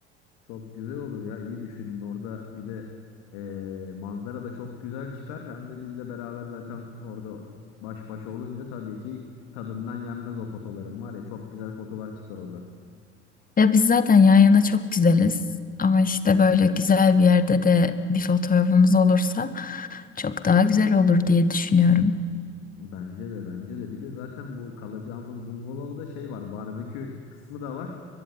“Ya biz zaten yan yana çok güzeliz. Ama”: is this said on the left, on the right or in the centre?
Left